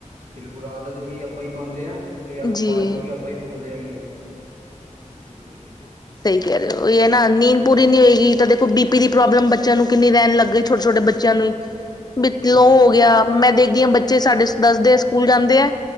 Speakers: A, on the right (about 90°); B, on the left (about 30°).
A: ਬਿਲਕੁਲ, ਆਦਤ ਵੀ ਆਪਾਂ ਹੀ ਪਾਉਂਦੇ ਹਾਂ। ਤੇ ਆਪ
B: ਜੀ।
A: ਬਾਅਦ ਚ ਵੀ, ਆਪਾਂ ਹੀ ਬੋਲਦੇ ਹੈਗੇ ਆ, ਬਿਲਕੁਲ- ਬਿਲਕੁਲ
B: ਉਹੀ ਹੈ ਨਾ, ਨੀਂਦ ਪੂਰੀ ਨੀ ਹੋਏਗੀ ਤਾਂ ਦੇਖੋ ਬੀ ਪੀ, ਦੀ ਪ੍ਰੋਬਲਮ ਬੱਚਿਆਂ ਨੂੰ ਕਿੰਨੀ ਰਹਿਣ ਲੱਗ, ਗਈ ਛੋਟੇ- ਛੋਟੇ ਬੱਚਿਆਂ ਨੂੰ ਈ <inaudible> <inaudible> ਬੀ
A: ਬਿਲਕੁਲ
B: ਲੋੋ ਹੋ
A: ਬਿਲਕੁਲ ਬਿਲਕੁਲ
B: ਗਿਆ, ਮੈਂ ਦੇਖਦੀ ਹਾਂ ਬੱਚੇ ਸਾਡੇ ਦੱਸਦੇ ਸਕੂਲ ਜਾਂਦੇ ਆ,